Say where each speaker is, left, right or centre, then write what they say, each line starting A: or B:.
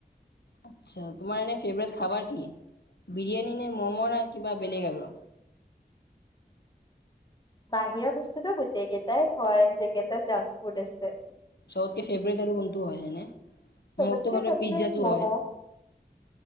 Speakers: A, on the left; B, on the left.
A: আচ্ছা তোমাৰ এনে ফেভৰেট খাবাৰ কি বিৰিয়ানি নে মম না কিবা বেলেগ আৰু
B: বাহিৰৰ বস্তুতো গোটেইকেইটাই হয় যিকেইটা জাংক ফুড আছে।
A: চবতকে ফেভৰেট আৰু কোনটো হয় এনে,
B: চবতকে
A: মোৰটো মানে
B: ফেভৰেট
A: পিজ্জাটো
B: ম'ম'
A: হয়